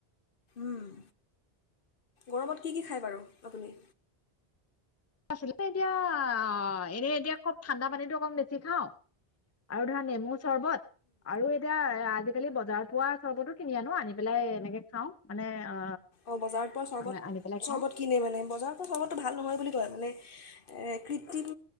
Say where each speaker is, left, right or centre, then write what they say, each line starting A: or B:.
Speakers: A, on the left; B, on the left.
A: উম গৰমত কি কি খায় বাৰু আপুনি?
B: আচলতে এতিয়া অ' অ' এনে এতিয়া খুব ঠাণ্ডা পানীতো বেছি খাও আৰু ধৰা নেমু চৰ্বত আৰু এতিয়া আ আজিকালি বজাৰত হোৱা চৰ্বতো কিনি আনো আনি পেলাই এনেকে খাও মানে অ
A: অ' বজাৰত পোৱা চৰ্বত
B: মানে আনি পেলাই
A: চৰ্বত
B: খাওঁ
A: কিনে মানে বজাৰত পৰা চৰ্বতো ভাল নহয় বুলি কোৱা মানে কৃত্ৰিম